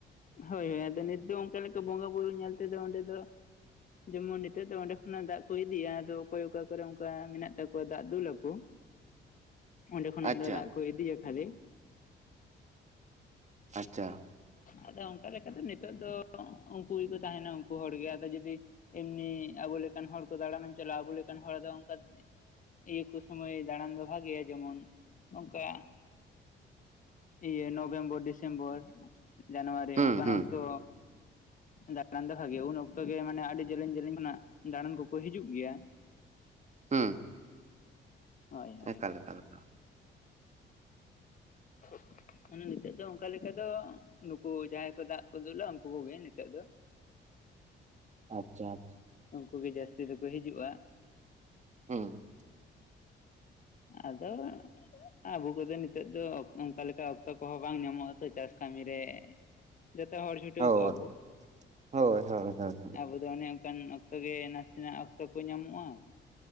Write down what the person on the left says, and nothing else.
ᱦᱳᱭ ᱟᱫᱚ ᱱᱤᱛ ᱫᱚ ᱚᱱᱠᱟ ᱞᱮᱠᱟ ᱵᱚᱸᱜᱟ ᱵᱩᱨᱩ ᱧᱮᱞ ᱛᱮᱫᱚ ᱚᱸᱰᱮ ᱫᱚ ᱡᱮᱢᱚᱱ ᱱᱤᱛᱚᱜ ᱫᱚ ᱚᱸᱰᱮ ᱠᱷᱚᱱᱟᱜ ᱫᱟᱜ ᱠᱚ ᱤᱫᱤᱜᱤᱭᱟ ᱟᱫᱚ ᱚᱠᱚᱭ ᱚᱠᱟ ᱠᱚᱨᱮ ᱚᱱᱠᱟ ᱢᱮᱱᱟᱜ ᱛᱟᱠᱚᱣᱟ ᱫᱟᱜ ᱫᱩᱞ ᱟᱠᱚ ᱾
ᱚᱸᱰᱮ ᱠᱷᱚᱱᱟᱜ
ᱫᱚ ᱫᱟᱜ ᱠᱚ ᱤᱫᱤᱭᱟ ᱠᱷᱟᱹᱞᱤ ᱾ <inaudible>
ᱟᱫᱚ ᱚᱱᱠᱟ ᱞᱮᱠᱟᱛᱮ ᱱᱤᱛᱚᱜ ᱫᱚ ᱩᱱᱠᱩ ᱜᱮᱠᱚ ᱛᱟᱦᱮᱱᱟ ᱩᱱᱠᱩ ᱦᱚᱲ ᱜᱮ ᱾ ᱟᱫᱚ ᱡᱩᱫᱤ ᱮᱢᱱᱤ ᱟᱵᱚ ᱞᱮᱠᱟᱱ ᱦᱚᱲ ᱠᱚ ᱫᱟᱬᱟᱱᱮᱢ ᱪᱟᱞᱟᱜ-ᱟ, ᱟᱵᱚ ᱞᱮᱠᱟᱱ ᱦᱚᱲ ᱫᱚ ᱚᱱᱠᱟ ᱤᱭᱟᱹ ᱠᱚ ᱥᱚᱢᱚᱭ ᱫᱟᱬᱟᱱ ᱫᱚ ᱵᱷᱟᱜᱮᱭᱟ ᱡᱮᱢᱚᱱ ᱚᱱᱠᱟ ᱤᱭᱟᱹ ᱱᱚᱵᱷᱮᱢᱵᱚᱨ ᱰᱤᱥᱮᱢᱵᱚᱨ ᱡᱟᱱᱩᱣᱟᱨᱤ
ᱚᱱᱠᱟᱱ
ᱚᱠᱛᱚ ᱫᱟᱬᱟᱱ ᱫᱚ ᱵᱷᱟᱜᱤᱭᱟ, ᱩᱱ ᱚᱠᱛᱚ ᱜᱮ ᱢᱟᱱᱮ ᱟᱹᱰᱤ ᱡᱮᱞᱮᱧ ᱡᱮᱞᱮᱧ ᱠᱷᱚᱱᱟᱜ ᱫᱟᱬᱟᱱ ᱠᱚᱠᱚ ᱦᱤᱡᱩᱜ ᱜᱮᱭᱟ ᱾
ᱦᱳᱭ ᱦᱳᱭ
<inaudible> ᱢᱟᱱᱮ ᱱᱤᱛᱚᱜ ᱫᱚ ᱚᱱᱠᱟ ᱞᱮᱠᱟ ᱫᱚ ᱱᱩᱠᱩ ᱡᱟᱦᱟᱸᱭ ᱠᱚ ᱫᱟᱜ ᱠᱚ ᱫᱩᱞᱟ ᱩᱱᱠᱩ ᱠᱚᱜᱮ ᱱᱤᱛᱚᱜ ᱫᱚ ᱾
ᱩᱱᱠᱩ ᱜᱮ ᱡᱟᱹᱥᱛᱤ ᱫᱚᱠᱚ ᱦᱤᱡᱩᱜ-ᱟ ᱾
ᱟᱫᱚ ᱟᱵᱚ ᱠᱚᱨᱮᱱ ᱱᱤᱛ ᱱᱤᱛᱚᱜ ᱫᱚ ᱚᱱᱠᱟ ᱞᱮᱠᱟ ᱚᱠᱛᱚ ᱠᱚᱦᱚᱸ ᱵᱟᱝ ᱧᱟᱢᱚᱜᱼᱟ ᱛᱚ ᱪᱟᱥ ᱠᱟᱹᱢᱤᱨ ᱨᱮᱻ ᱡᱷᱚᱛᱚ ᱦᱚᱲ ᱪᱷᱩᱴᱟᱹᱣ
ᱠᱚᱜᱼᱟ ᱵᱚ
ᱟᱵᱚ ᱫᱚ ᱚᱱᱮ ᱚᱱᱠᱟᱱ ᱚᱠᱛᱚ ᱜᱮ ᱱᱟᱥᱮᱱᱟᱜ ᱚᱠᱛᱚ ᱠᱚ ᱧᱟᱢᱚᱜᱼᱟ